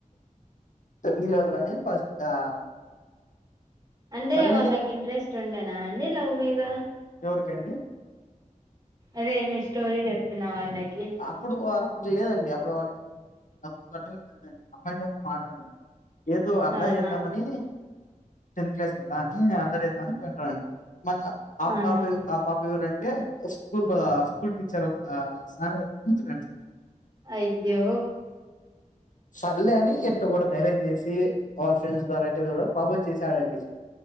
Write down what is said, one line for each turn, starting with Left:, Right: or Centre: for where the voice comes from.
Left: టెన్త్ క్లాస్లోనే ఫస్ట్ ఆ
Right: అంటే
Left: తల్లిని
Right: వాళ్ళకి ఇంట్రెస్ట్ ఉండెనా అండి లవ్ మీ ద
Left: కొరికండి
Right: అదే మీ స్టోరీ చెప్పిన వాళ్ళకి
Left: అప్పుడు అప్పుడు లేదండి అప్పుడుం <unintelligible> అమ్మాయితో మాట్లాడండి ఏదో అల్లాయ్
Right: ఆహా
Left: చేద్దామని టెన్త్ క్లాస్ కదా అని అల్లరి చేద్దామని పోయిన్రా మర్ల ఆ
Right: ఆహా
Left: పాపేవ్ ఆ పాప ఎవరు అన్ టే స్కూల్లో స్కూల్ టీచర్ ఆ సారోల్ కూతురం
Right: అయ్యో
Left: సర్లే అని ఎట్టోగట్ట ఫైర్యం చేసి వాల్ ఫ్రెండ్స్ డైరెట్ ప్రబోజేసాడండి